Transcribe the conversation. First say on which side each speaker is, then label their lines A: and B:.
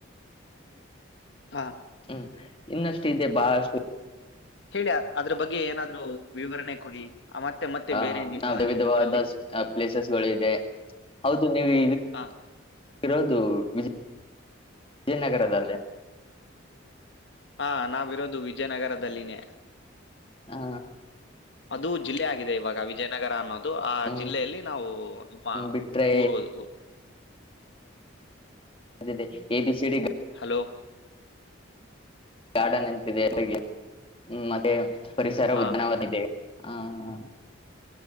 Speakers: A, on the left; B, on the left.
A: ಹಾ
B: ಹ್ಮ್ ಇನ್ನಷ್ಟು ಇದೆ ಬಾಳಷ್ಟು.
A: ಹೇಳಿಯ ಅದ್ರ ಬಗ್ಗೆ ಏನಾದ್ರು. ವಿವರಣೆ ಕೊಡಿ. ಆ, ಮತ್ತೆ ಮತ್ತೆ
B: ಹಾ
A: ಬೇರೆ ಏನಿಲ್ವಾ
B: ನಾ ವಿವಿಧವಾದ
A: ನಿಮ್ಮ ಊರಲ್ಲಿ
B: ಪ್ಲೇಸಸ್ಗಳು ಇಿದೆ ಹೌದು ನೀವು.
A: ಹಾ
B: ಇರೋದು ವಿಜಯ ವಿಜಯನಗರದಲ್ಲಿ.
A: ಹಾ ನಾವಿರೋದು ವಿಜಯನಗರದಲ್ಲಿನೇ.
B: ಹಾ.
A: ಅದು ಜಿಲ್ಲೆ ಆಗಿದೆ ಇವಾಗ ವಿಜಯನಗರ ಅನ್ನೋದು. ಆ
B: ಹ್ಮ್
A: ಜಿಲ್ಲೆಯಲ್ಲಿ ನಾವು ನಿಮ್ಮ
B: ಬಿಟ್ರೆ
A: ಊರುವುದು.
B: ಅದೇ ಅದ ಎ ಬಿ ಸಿ ಡಿ
A: ಲ.
B: ಗಾರ್ಡನ್ ಎಂತಿದೆ ಹ್ಮ ಮತ್ತೆ. ಪರಿಸರ
A: ಹಾ
B: ಉದ್ಞನವನಿದೆ. ಹಾ ಹಾ.